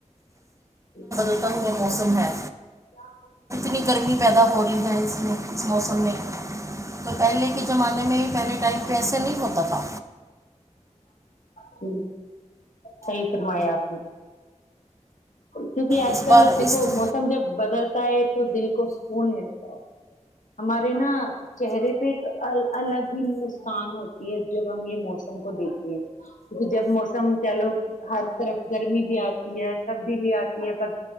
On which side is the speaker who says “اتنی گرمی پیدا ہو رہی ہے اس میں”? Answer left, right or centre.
Right